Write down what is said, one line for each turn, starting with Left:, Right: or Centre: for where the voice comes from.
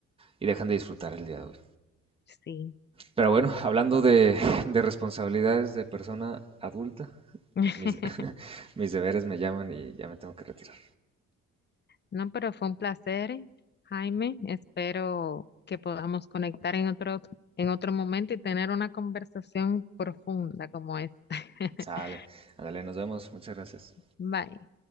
Right: y dejan de disfrutar el día de hoy.
Left: sí.
Right: Pero bueno, hablando de, de responsabilidades de persona adulta,
Left: <laughs>
Right: mis, <laughs> mis deberes me llaman y ya me tengo que retirar.
Left: No, pero fue un placer, Jaime. Espero que podamos conectar en otro, en otro momento y tener una conversación profunda como esta. <laughs>
Right: Sale, ándale, nos vemos, muchas gracias.
Left: Bye.